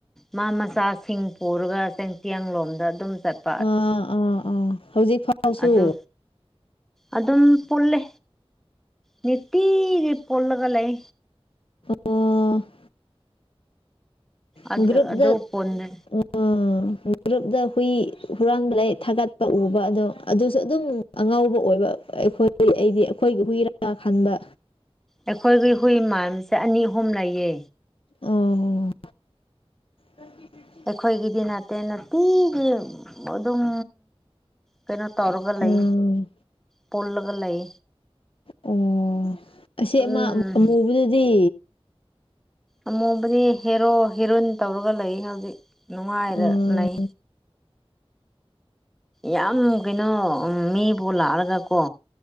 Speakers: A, in the centre; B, on the left (about 60°).
A: ꯃꯥ ꯃꯆꯥꯁꯤꯡ ꯄꯨꯔꯒ ꯆꯦꯡꯇꯌꯥꯡꯂꯣꯝꯗ ꯑꯗꯨꯝ ꯆꯠ___
B: ꯑꯥ ꯑꯥ ꯑꯥ ꯍꯧꯖꯤꯛ ꯐꯥꯎꯁꯨ꯫
A: ꯑꯗꯨ ꯑꯗꯨꯝ ꯄꯨꯜꯂꯦ ꯅꯤꯇꯤꯒꯤ ꯄꯨꯜꯂꯒ ꯂꯩ꯫
B: ꯑ <inaudible>
A: ꯑꯗꯨ
B: ꯒ꯭ꯔꯨꯞꯨꯞꯗ
A: ꯑꯗꯨ
B: <unintelligible>
A: ꯄꯨꯟꯅ
B: ꯎ <unintelligible> ꯒ꯭ꯔꯨꯞꯗ ꯍꯨꯏ ꯍꯨꯔꯥꯟꯕ ꯂꯩ ꯊꯥꯒꯠꯄ ꯎꯕ ꯑꯗꯣ ꯑꯗꯨꯁꯨ ꯑꯗꯨꯝ ꯑꯉꯧꯕ ꯑꯣꯏꯕ ꯑꯩꯈꯣꯏ ꯑꯩꯗꯤ ꯑꯩꯈꯣꯏꯒꯤ ꯍꯨꯏꯔꯥ ꯈꯟꯕ꯫
A: ꯑꯩꯈꯣꯏꯒꯤ ꯍꯨꯏ ꯃꯥꯟꯁꯦ ꯑꯅꯤ ꯑꯍꯨꯝ ꯂꯩꯌꯦ꯫
B: ꯑꯣ ꯎ
A: ꯑꯩꯈꯣꯏꯒꯤꯗꯤ ꯅꯠꯇꯦ ꯅꯨꯇꯤꯒꯤ ꯑꯗꯨꯝ ꯀꯩꯅꯣ ꯇꯧꯔꯒ
B: ꯎꯝ
A: ꯂꯩ, ꯄꯨꯜꯂꯒ ꯂꯩ꯫
B: ꯑꯣ ꯑꯁꯤ ꯑꯃ
A: ꯎꯝ
B: ꯑꯃꯨꯕꯗꯨꯗꯤ
A: ꯑꯃꯨꯕꯨꯗꯤ ꯍꯦꯔꯣ ꯍꯦꯔꯣꯏꯟ ꯇꯧꯔꯒ ꯂꯩ ꯍꯧꯖꯤꯛ ꯅꯨꯡꯉꯥꯏꯔ
B: ꯎꯝ
A: ꯂꯩ ꯌꯥꯝ ꯀꯩꯅꯣ ꯃꯤꯕꯨ ꯂꯥꯛꯑꯒꯀꯣ